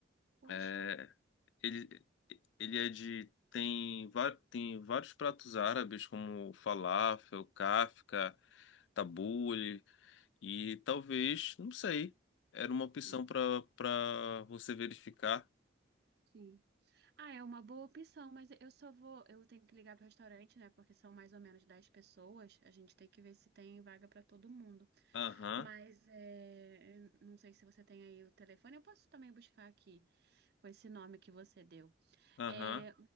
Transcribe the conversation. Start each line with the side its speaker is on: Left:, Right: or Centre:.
Right: Poxa.
Left: é, ele, ele é de. Tem, va- tem vários pratos árabes, como falafel, kafta, tabule.
Right: Uhum,
Left: E talvez, não sei, era uma opção
Right: sim,
Left: para para você verificar.
Right: sim. Ah, é uma boa opção, mas eu só vou. Eu tenho que ligar pro restaurante, né? Porque são mais ou menos 10 pessoas. A gente tem que ver se tem vaga para todo mundo.
Left: Aham,
Right: Mas é, não sei se você tem aí o telefone. Eu posso também buscar aqui com esse nome que você deu.
Left: aham,
Right: É,